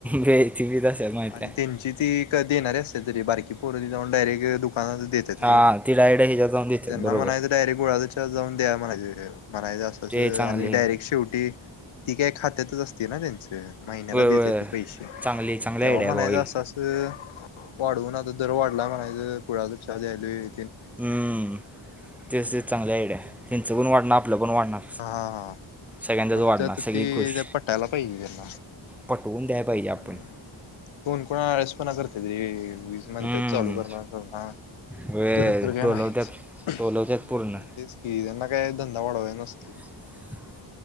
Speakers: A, in the centre; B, on the left.
A: वे ती बी तसं माहिती
B: आणि
A: आहे
B: त्यांची ती क.. देणारे असत्यात रे, बारकी पोर जाऊन डायरेक्ट दु कानातल देतात
A: हां
B: रे,
A: ती डायरेक्ट ह्याच्यात जाऊन देतात
B: त्यांना
A: बरोबर
B: म्हणायचं डायरेक्ट गुळा. जा चा जाऊन द्या म्हणायचं. म्हणायचं असं अस
A: ते चांगले
B: आणि डायरेक्ट शेवटी, ती काय खात्यातच असते ना त्यांचं, महिन्याला
A: होय
B: देत्यात
A: होय
B: की पैसे,
A: चांगली चांगली
B: तेव्हा
A: आयडिया
B: म्हणायचं
A: आहे भावा ही
B: असं अस. वाढवून आता दर वाढला म्हणायच, गुळाचा चहा द्यालोय.
A: हम्म.. तेच तेच चांगली आयडिया, तेनच पन वाढणार आप आपलं पण वाढणार
B: हा हा हा
A: सगळ्यांचंच
B: फक्त
A: वाढणार
B: आता
A: सगळी
B: ते
A: खुश.
B: पटायला पाहिजे त्यांना
A: पटवून द्याय पाहिजे,
B: हम्म
A: आपण
B: कोण कोण आळसपणा करत्यात रे, वीज म्हणत्यात
A: हम्म
B: चालू करणार करणार.
A: होय
B: करत तर काय
A: टोलवत्यात
B: नाहीच, हम
A: टोलवत्यात पूर्ण
B: तेच की त्यांना काय धंदा वाढवायचं नसतय.
A: <inaudible>